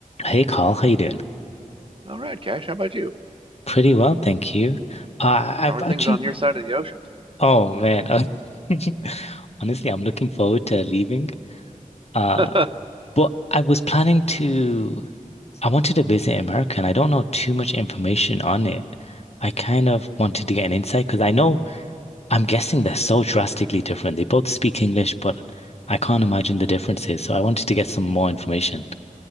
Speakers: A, on the left (about 45°); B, on the right (about 35°).
A: Hey Carl, how you doing?
B: All right, Cash, how about you?
A: Pretty well, thank you. Uh, I've
B: How are
A: actually,
B: things on your side of the ocean?
A: oh man, uh, <laughs> honestly, I'm looking forward to leaving. Uh,
B: <laughs>
A: but I was planning to, I wanted to visit America, and I don't know too much information on it. I kind of wanted to get an insight because I know I'm guessing they're so drastically different. They both speak English, but I can't imagine the differences. So I wanted to get some more information.